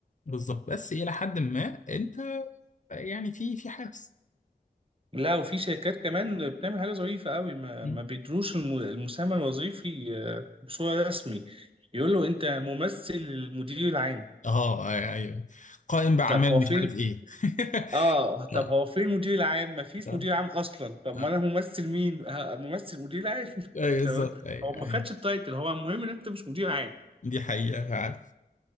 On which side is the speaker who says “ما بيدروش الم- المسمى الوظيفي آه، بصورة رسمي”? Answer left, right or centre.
Right